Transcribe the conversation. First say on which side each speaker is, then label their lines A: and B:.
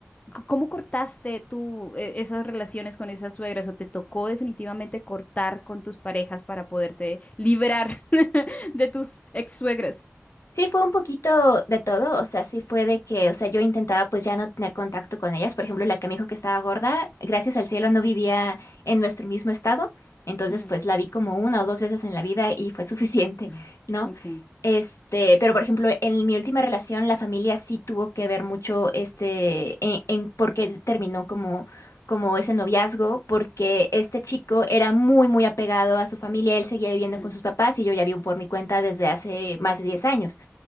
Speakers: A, on the left (about 30°); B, on the left (about 85°).
A: C- ¿Cómo cortaste tú eh, esas relaciones con esas suegras o te tocó definitivamente cortar con tus parejas para poderte librar <laughs> de tus ex suegras?
B: Sí, fue un poquito de todo, o sea, sí fue de que, o sea, yo intentaba pues ya no tener contacto con ellas, por ejemplo, la que me dijo que estaba gorda, gracias al cielo no vivía en nuestro mismo estado, entonces
A: Ujú.
B: pues la vi como una o dos veces en la vida y fue <laughs> suficiente,
A: Ah,
B: ¿no?
A: Ok.
B: Este, pero por ejemplo, en mi última relación la familia sí tuvo que ver mucho este en, en por qué terminó como como ese noviazgo, porque este chico era muy muy apegado a su familia, él seguía viviendo
A: Mm,
B: con sus papás y yo ya vivo por mi cuenta desde hace más de 10 años.